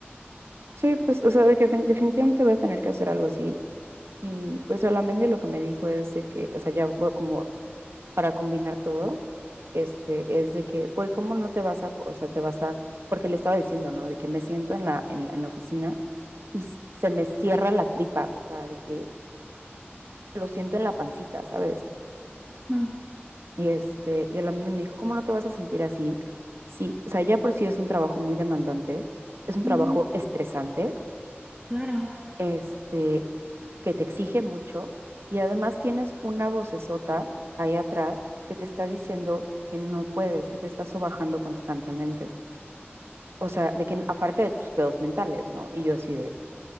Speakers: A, on the right (about 75°); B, on the right (about 20°).
A: Sí, pues, o sea, de que fin- definitivamente voy a tener que hacer algo así. Y pues solamente lo que me dijo es de que, o sea, ya voy como para combinar todo, este, es de que, güey, ¿cómo no te vas a, po- o sea, te vas a, porque le estaba diciendo, ¿no? De que me siento en la, en, la en la oficina y s- se me cierra la tripa, o sea, de que lo siento en la pancita, ¿sabes?
B: Ujú,
A: Y este, y solamente me dijo, ¿cómo no te vas a sentir así? Sí, o sea, ya por sí es un trabajo muy demandante, es un
B: ujú,
A: trabajo estresante
B: claro.
A: este, que te exige mucho y además tienes una vocesota ahí atrás que te está diciendo que no puedes, que te estás sobajando constantemente. O sea, de que aparte de tus pedos mentales, ¿no? Y yo así de,